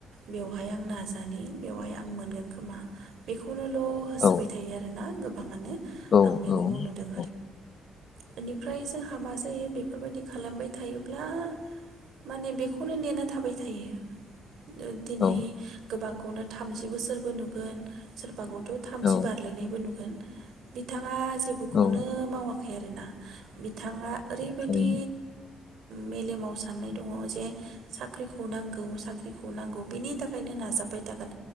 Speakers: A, on the right; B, on the left.
A: बेवहाय आं नाजानि बेवहाय आं मोनगोन खोमा बेखौनो होसोबाय
B: औ
A: थायो आरो ना गोबाङानो
B: औ
A: आं बेखौ
B: औ
A: नुदों
B: औ
A: बेनिफ्राय जोंहा मा बेफोरबायदि खालामबाय थायोब्ला माने बेखौनो नेना थाबाय थायो। दिनै
B: औ
A: गोबां नो थामजि बोसोरबो नुगोन सोरबा ग थामजि
B: औ
A: बारलायनायबो नुगोन बिथाङा जेबोखौनो
B: औ
A: मावाखै आरोना बिथाङा ओरैबायदि
B: थारैनो
A: मेलेमाव साननाय दङ जे साख्रिखौ नांगौ साख्रिखौ नांगौ बिनि थाखायनो नाजाबाय थागोन